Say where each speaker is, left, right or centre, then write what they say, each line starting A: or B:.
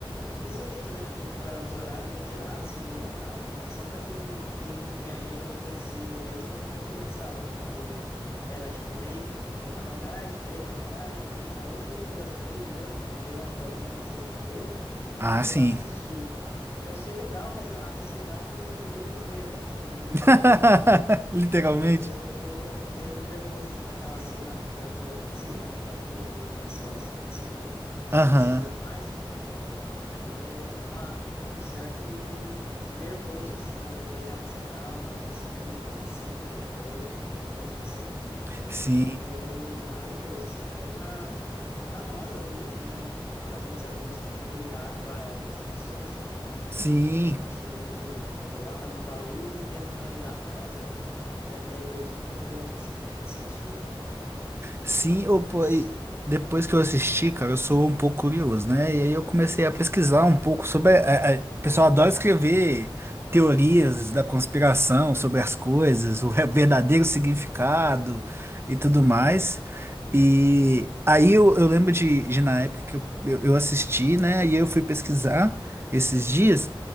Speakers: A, on the left (about 25°); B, on the right (about 25°).
A: Eu fui solito, né? Porque, tipo, eram uns horários meio quebrados, assim, no meio da tarde, né? Só para quem, quem tem agenda flexível mesmo ou para criançada, porque era, tipo, meio... Uma da tarde, três da tarde, né? Aí eu fui no das três mesmo, me dei uma folguinha na sexta-feira
B: Ah,
A: e fui
B: sim.
A: lá assistir. Eu achei legal, mas a ansiedade me, me deu nos nervos, assim, <laughs> literalmente,
B: <laughs>
A: né?
B: Literalmente.
A: Ela me deixou meio, meio nervoso, assim, naquela cena que é o furacãozinho, né? Que ela vira ali e fica ansiosa, ansiosa, <coughs>
B: Aham.
A: <laughs> ansiosa demais ali me deu uma, um certo nervoso, assim, mas depois ela se acalma, ela respira, ela centra de novo, né? Daí fica tudo certo.
B: Sim,
A: Mas é um filme maravilhoso, assim, até para para nós adultos, né? ma- Jovens adultos, enfim, lidar com, a, com as emoções também, né?
B: sim.
A: Que a gente meio que coloca num baú e tenta não lidar com elas, né? Mas é um lembrete importante, assim, eu senti
B: Sim, eu, pô,
A: esse.
B: e depois que eu assisti, cara, eu sou um pouco curioso, né? E aí eu comecei a pesquisar um pouco sobre. a- a- o pessoal adora escrever teorias da conspiração sobre as coisas, o re- verdadeiro significado e tudo mais.
A: Aham.
B: E aí eu, eu lembro de, de na época que eu, eu, eu assisti, né? E eu fui pesquisar esses dias